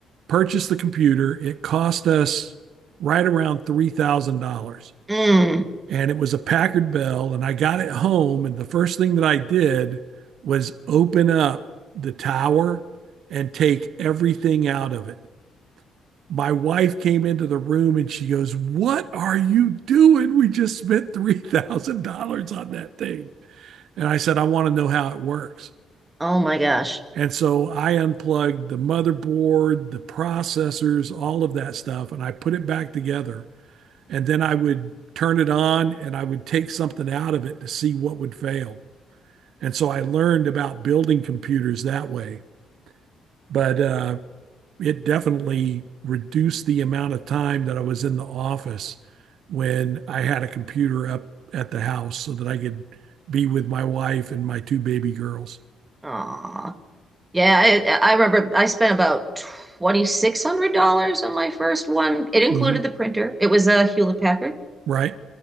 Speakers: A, on the right; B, on the right.
A: purchased the computer. It cost us right around $3,000.
B: Mm.
A: And it was a Packard Bell. And I got it home. And the first thing that I did was open up the tower and take everything out of it. My wife came into the room and she goes, What are you doing? We just spent $3,000 on that thing. And I said, I want to know how it works.
B: Oh my gosh.
A: And so I unplugged the motherboard, the processors, all of that stuff, and I put it back together. And then I would turn it on and I would take something out of it to see what would fail. And so I learned about building computers that way. But uh, it definitely reduced the amount of time that I was in the office when I had a computer up at the house so that I could be with my wife and my two baby girls.
B: Aw. Yeah, I I remember I spent about $2,600 on my first one. It included
A: hmm
B: the printer. It was a Hewlett Packard.
A: Right.